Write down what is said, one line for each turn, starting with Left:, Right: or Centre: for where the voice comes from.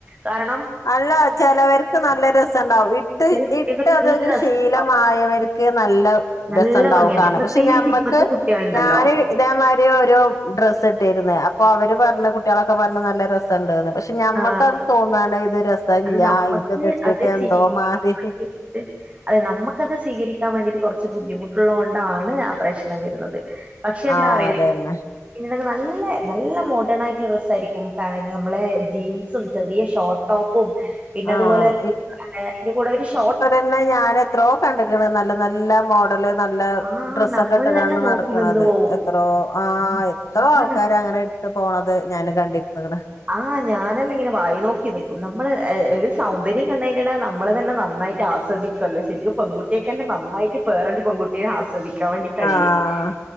Right: കാരണം
Left: അല്ല ചെലവർക്ക് നല്ല രസം ണ്ടാവും ഇട്ട്
Right: ചില കുട്ടികൾക്ക്
Left: ഇട്ട് ത
Right: നല്ല
Left: ഒരു
Right: രസണ്ടാവും
Left: ശീലമായവര്ക്ക് നല്ല
Right: നല്ല
Left: രസംണ്ടാവും
Right: ഭംഗിയുണ്ട്
Left: കാണ
Right: പ്രത്യേകിച്ച്
Left: പക്ഷെ ഞമ്മക്ക്
Right: ഇപ്പത്തെ കുട്ടികളുണ്ടല്ലോ
Left: ഞാന് ഇതേമായ്രി ഒരു ഡ്രസ്സ് ഇട്ടിര്ന്ന് അപ്പൊ അവര് പർണ് കുട്ടിളൊക്കെ പർണ് നല്ല രസണ്ട്ന്ന് പഷ് ഞമ്മക്കത്
Right: ആ
Left: തോന്നാണ്. ഇത് രസല്ല
Right: അത് നമ്മക്ക്
Left: ഇൻക്കിത് ഇട്ടിട്ട്
Right: അത്
Left: എന്തോ
Right: ചെയി
Left: മാതിരി
Right: <unintelligible> അതെ നമുക്കത് സ്വീകരിക്കാ വേണ്ടിട്ട് കൊറച്ച് ബുദ്ധിമുട്ടുള്ളോണ്ടാണ് ആ പ്രശ്നം വെര്ന്നത്. പക്ഷെ
Left: ആഹ്
Right: ന്താറിയോ?
Left: അതന്നെ
Right: പിന്നത് നല്ലെ നല്ല മോഡേൺ ആയിട്ടുള്ള ഡ്രസ്സ് ആയിരിക്കും പാ നമ്മളെ ജീൻസും ചെറിയ ഷോർട്ട് ടോപ്പും പിന്നെ
Left: ആഹ്
Right: അതുപോലെ അതിന്റെ കൂടെ ഒരു ഷോ
Left: പിന്നെ ഞൻ എത്രോ കണ്ട്ക്ണ് നല്ല നല്ല മോഡല് നല്ല
Right: ആ
Left: ഡ്രസ്സൊക്കെ
Right: നമ്മള്
Left: ഇട്ട് കാണ്ട്
Right: തന്നെ നോക്കി
Left: നടക്കണത്
Right: നിന്ന് പോകും
Left: എത്രോ ആ എത്രോ
Right: ആ
Left: ആൾക്കാര്
Right: ന
Left: അങ്ങനെ ട്ട് പോണത് ഞാൻ കണ്ടിര് ന്ന്ക്ണ്.
Right: ആഹ് ഞാനല്ലേ ഇങ്ങനെ വായി നോക്കി നിക്കും നമ്മള് ഒരു സൗന്ദര്യം കണ്ടയ്നേടാ നമ്മള് തന്നെ നന്നായിട്ട് ആസ് സ്വദിക്കല്ലോ ശെരിക്കും പെങ്കു ട്ട്യേകെന്നെ നന്നായിട്ട് വേറൊരു പെൺകുട്ടീനെ ആസ്വദിക്കാൻ വേണ്ടി കഴിയും
Left: ആഹ്
Right: ആ.